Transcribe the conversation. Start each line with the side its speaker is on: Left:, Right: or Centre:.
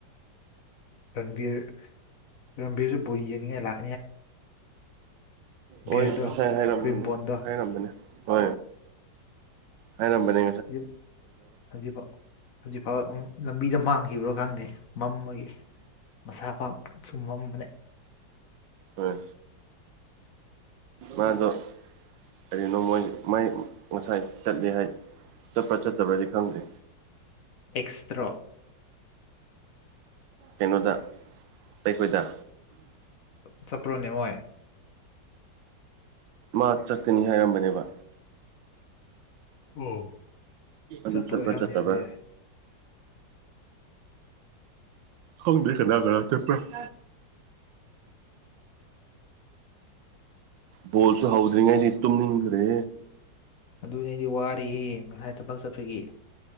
Left: ꯔꯟꯕꯤꯔ ꯔꯟꯕꯤꯔꯁꯨ ꯕꯣꯏ ꯌꯦꯡꯅꯤꯡꯉꯥꯏ ꯂꯥꯛ ꯕꯤꯔꯗꯣ
Right: ꯍꯣꯏ ꯉꯁꯥꯏ ꯍꯥꯏꯔꯝꯕꯅꯦ
Left: ꯀ꯭ꯔꯤꯝꯕꯣꯟꯗꯣ
Right: ꯍꯥꯏꯔꯝꯕꯅꯦ ꯍ ꯍꯥꯏꯅꯝꯕꯅꯦ
Left: ꯌꯨꯝ ꯍꯥꯏꯕꯤꯕ ꯍꯧꯖꯤꯛ ꯐꯥꯎ ꯂꯝꯕꯤꯗ ꯃꯥꯡꯈꯤꯕ꯭ꯔ ꯈꯥꯟꯗꯦ ꯃꯝꯃꯒꯤ ꯃꯁꯥ ꯄꯥꯛꯁꯨꯨꯝ ꯃꯝꯕꯅꯦ
Right: ꯍꯣꯏ ꯃꯥꯗꯣ ꯀꯔꯤꯅꯣ ꯃꯣꯏ ꯃꯥꯏ ꯉꯁꯥꯏ ꯆꯠꯂꯤ ꯍꯥꯏ ꯆꯠꯄ ꯆꯠꯇꯕꯗꯤ ꯈꯪꯗꯦ
Left: ꯑꯦꯛꯁꯇ꯭ꯔꯣ
Right: ꯀꯩꯅꯣꯗ ꯑꯩꯈꯣꯏꯗ
Left: ꯆꯄ꯭ꯔꯣꯅꯦꯉꯣꯏ
Right: ꯃꯥ ꯆꯠꯀꯅꯤ ꯍꯥꯏꯔꯝꯕꯅꯦꯕ
Left: ꯑꯣ
Right: ꯑꯗꯨ
Left: ꯆꯠꯄ
Right: ꯆꯠꯄ꯭ꯔꯥ
Left: ꯑꯣꯏꯔꯝꯅꯦ
Right: ꯆꯠꯇꯕ꯭ꯔꯥ
Left: ꯑꯗꯨꯗꯤ
Right: ꯈꯪꯗꯦ ꯀꯅꯥ ꯀꯅꯥ ꯆꯠꯄ꯭ꯔ <inaudible> ꯕꯣꯜꯁꯨ ꯍꯧꯗ꯭ꯔꯤꯉꯩꯗꯤ ꯇꯨꯝꯅꯤꯡꯈ꯭ꯔꯦ
Left: ꯑꯗꯨꯅꯦ ꯑꯩꯗꯤ ꯋꯥꯔꯤꯔꯌꯦ ꯉꯁꯥꯏ ꯊꯕꯛ ꯆꯠꯄꯒꯤ